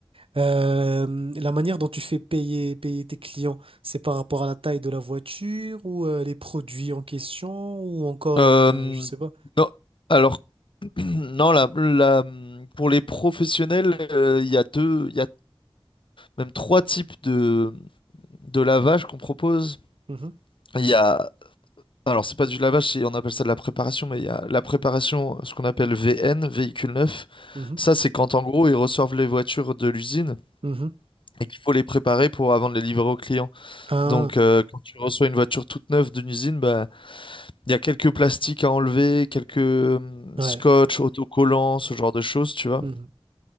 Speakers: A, on the right; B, on the left.
A: euh, la manière dont tu fais payer, payer tes clients, c'est par rapport à la taille de la voiture ou euh, les produits en question ou encore,
B: Euh,
A: euh, je sais pas.
B: non. Alors <clears throat> Non, la- la- pour les professionnels, euh, il y a deux, il y a même trois types de, de lavage qu'on propose.
A: Mhm,
B: Il y a, alors c'est pas du lavage, c'est- on appelle ça de la préparation, mais il y a la préparation, ce qu'on appelle VN, véhicule neuf.
A: mhm,
B: Ça, c'est quand en gros ils reçoivent les voitures de l'usine
A: mhm.
B: et qu'il faut les préparer pour avant de les livrer au client.
A: Ah,
B: Donc euh, quand tu reçois une voiture toute neuve d'une usine, bah, il y a quelques plastiques à enlever, quelques euh,
A: ouais.
B: scotch, autocollants, ce genre de choses, tu vois.
A: mhm,